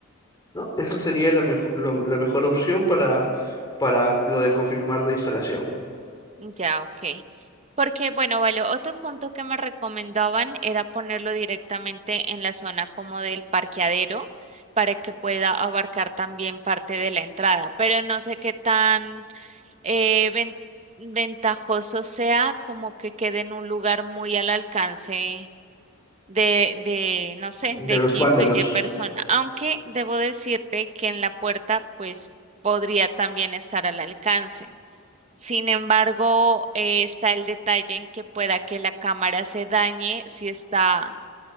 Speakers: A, on the left (about 20°); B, on the right (about 30°).
A: ¿No? Esa sería la mejor, la mejor opción para, para lo de confirmar la instalación
B: Ya, ok. Porque, bueno, vale, otro punto que me recomendaban era ponerlo directamente en la zona como del parqueadero para que pueda abarcar también parte de la entrada, pero no sé qué tan eh, ven- ventajoso sea como que quede en un lugar muy al alcance de, de, no sé,
A: de
B: de
A: los
B: X
A: vándalos.
B: o Y persona, aunque debo decirte que en la puerta pues podría también estar al alcance. Sin embargo, eh, está el detalle en que pueda que la cámara se dañe si está